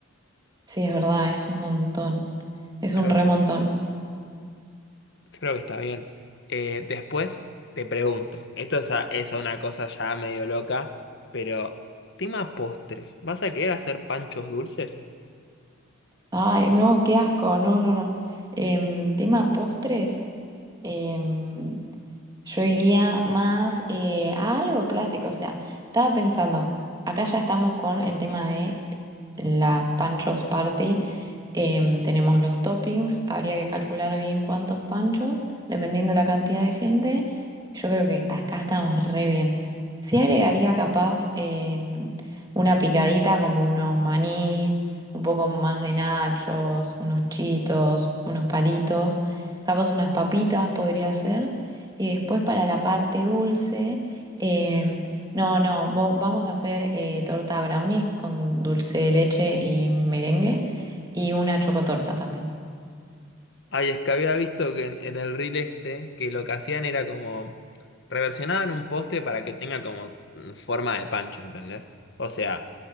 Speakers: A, on the right; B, on the left.
A: Sí, es verdad, es un montón. Es
B: Creo
A: un remontón.
B: que está. Creo que está bien. Eh, después te pregunto, esto es, a- es a una cosa ya medio loca, pero tema postre, ¿vas a querer hacer panchos dulces?
A: Ay, no, qué asco, no, no, no. Em, tema postres, em, yo iría más eh, a algo clásico, o sea, estaba pensando, acá ya estamos con el tema de la Pancho's Party, Em, tenemos los toppings, habría que calcular bien cuántos panchos, dependiendo la cantidad de gente. Yo creo que acá estamos re bien. Sí agregaría capaz em, una picadita como unos manís, un poco más de nachos, unos chitos, unos palitos, capaz unas papitas podría ser. Y después para la parte dulce, em, no, no, vo- vamos a hacer eh, torta brownie con dulce de leche y merengue. Y una chocotorta también.
B: Ay, es que había visto que en, en el reel este, que lo que hacían era como reversionaban un postre para que tenga como mm, forma de pancho, ¿entendés? O sea,